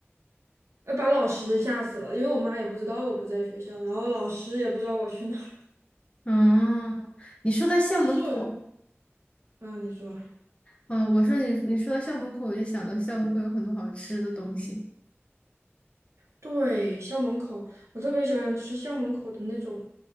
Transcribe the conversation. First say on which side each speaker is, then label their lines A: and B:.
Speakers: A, on the right; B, on the left.
A: 呃，把老师吓死了，因为我妈也不知道我不在学校，然后老师也不知道我去哪儿。
B: 嗯，你说到校门口，
A: 其实我觉得嗯，你说。
B: 嗯，我说你你说到校门口，我就想到校门口有很多好吃的东西。
A: 对，校门口，我特别喜欢吃校门口的那种，